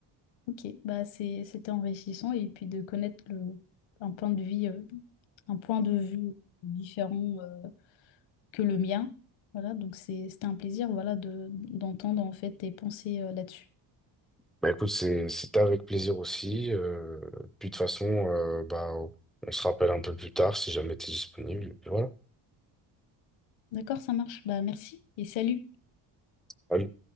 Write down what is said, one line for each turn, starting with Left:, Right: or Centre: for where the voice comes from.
Left: Ok, Bah, c'est, c'était enrichissant et puis de connaître le, un point de vue, euh, un point de vue différent, euh, que le mien. Voilà, donc c'est, c'était un plaisir, voilà, de, d'entendre en fait tes pensées, euh, là-dessus.
Centre: Bah écoute, c'est- c'était avec plaisir aussi. euh, puis de toute façon, euh, bah, on se rappelle un peu plus tard si jamais tu es disponible. Et puis voilà.
Left: D'accord, ça marche. Bah, merci et salut.
Centre: allez